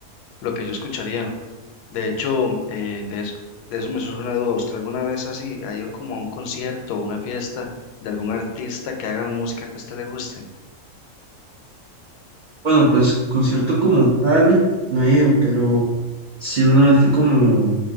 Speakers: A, on the left; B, on the right.
A: lo que yo escucharía. De hecho, eh, de eso, de eso me surge una duda. ¿Usted alguna vez así ha ido como a un concierto o una fiesta de algún artista que haga música que a usted le guste?
B: Bueno, pues concierto como tal no he ido, pero sí una vez fui como